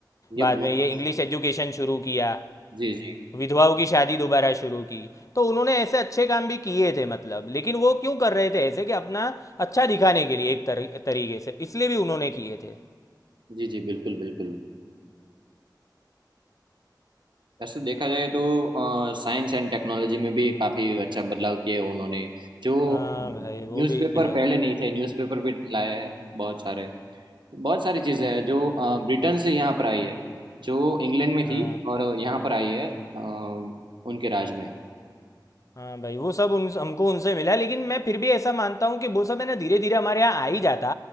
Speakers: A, on the right; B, on the left.
A: ये
B: बाद
A: बहुत
B: में ये इंग्लिश एजुकेशन शुरू किया
A: जी जी
B: विधवाओं की शादी दोबारा शुरू की तो उन्होंने ऐसे अच्छे काम भी किए थे मतलब लेकिन वो क्यों कर रहे थे ऐसे कि अपना अच्छा दिखाने के लिए एक तरी, तरीके से इसलिए भी उन्होंने किए थे
A: जी जी बिल्कुल बिल्कुल वैसे देखा जाए तो साइंस एंड टेक्नोलॉजी में भी काफी अच्छा बदलाव किए हैं उन्होंने जो
B: हाँ
A: न्यूज़पेपर
B: भाई वो भी है
A: पहले नहीं थे न्यूज़पेपर भी लाए हैं बहुत सारे बहुत सारी चीजें
B: हम्म,
A: हैं जो अ, ब्रिटेन से यहाँ पर आई है जो इंग्लैंड में थी
B: हाँ
A: और यहाँ पर आई है अ, उनके राज में
B: हाँ भाई वो सब उन हमको उनसे मिला लेकिन मैं फिर भी ऐसा मानता हूँ कि वो सब है ना धीरे धीरे हमारे यहाँ आ ही जाता